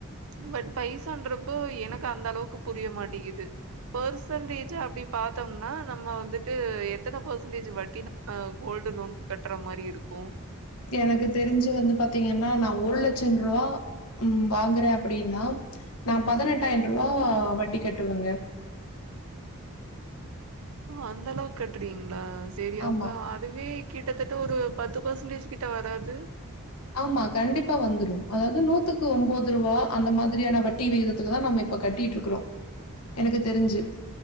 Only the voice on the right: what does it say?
பட் பைசான்றப்போ எனக்கு அந்தளவுக்கு புரிய மாட்டிகிது பர்சன்டேஜு அப்டி பாத்தம்னா நம்ம வந்துட்டு எத்தன பர்சன்டேஜு வட்டி நா ம கோல்டு லோன்க்கு கட்ற மாரி இருக்கு
ஓ அந்தளவுக் கட்றீங்ளா செரி
அப்ப அதுவே கிட்டத்தட்ட ஒரு பத்து பர்சன்டேஜ் கிட்ட வராது